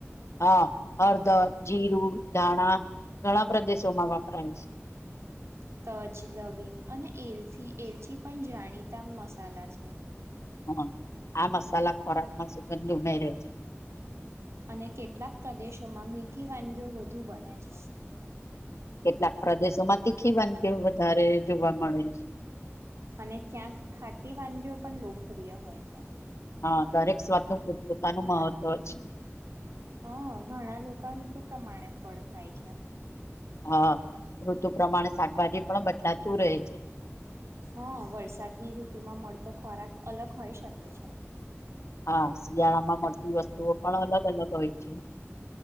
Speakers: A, on the left (about 70°); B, on the right (about 65°).
A: હા હળદર જીરું ધાણા ઘણા પ્રદેશોમાં વાપરાય છે
B: <unintelligible> તજ લવિંગ અને એલથી એલચ પણ જાણીતા મસાલા છે
A: હા આ મસાલા ખોરાકમાં સુગંધ ઉમે રહે છે
B: અને કેટલાક પ્રદેશોમાં મીઠી વાનગીઓ વધુ બને છે
A: કેટલાક પ્રદેશો માં તીખીવાની કેવું વધારે જોવા મળે છે
B: અને ક્યાંક ખાટી વાનગીઓ પણ લોકપ્રિય હોય છે
A: હા દરેક સ્વાદ નુંતપોતાનું મહત્વ છે
B: હા ઘણા લોકો ઋતુ પ્રમાણે ફળ ખાય છે
A: હા ઋતુ પ્રમાણે શાકભાજી પણ બદલાતું રહે છે
B: હા વરસાદની ઋતુમાં મળતો ખોરાક અલગ હોઈ શકે છે
A: હા શિયાળા માં મળતી વસ્તુઓ પણ અલગ અલગ હોય છે